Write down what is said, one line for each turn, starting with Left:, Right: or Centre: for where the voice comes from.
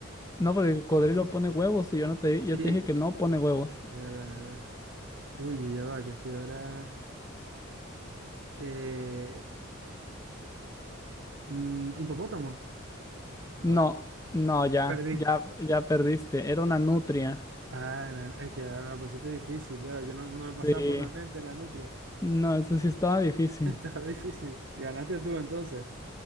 Left: No, porque el cocodrilo pone huevos y yo no te, di,
Right: Sí,
Left: yo te dije que no pone huevos.
Right: es verdad, es verdad. Uy, ya va, que estoy ahora. Eh, mm, hipopótamo. No,
Left: No, no, ya,
Right: perdí.
Left: ya, ya perdiste. Era una nutria.
Right: Ah, no, no, es que me la pusiste difícil, claro. Yo no, no me pasaba
Left: Sí.
Right: por la mente la nutria.
Left: No, eso sí estaba difícil.
Right: <laughs> Estaba difícil. Ganaste tú entonces.